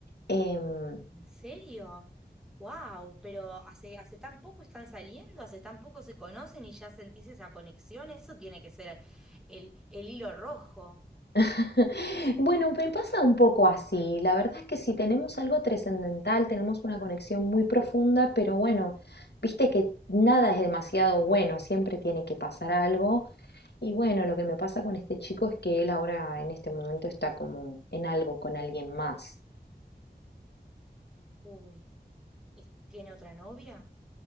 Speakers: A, on the left (about 75°); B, in the centre.
A: Em,
B: ¿En serio? Wow, pero hace, hace tan poco están saliendo, hace tan poco se conocen y ya sentís esa conexión, eso tiene que ser el, el hilo rojo.
A: <laughs> bueno, me pasa un poco así. La verdad es que si tenemos algo trascendental, tenemos una conexión muy profunda, pero bueno, viste que nada es demasiado bueno, siempre tiene que pasar algo. Y bueno, lo que me pasa con este chico es que él ahora en este momento está como en algo con alguien más.
B: Uy, es- ¿tiene otra novia?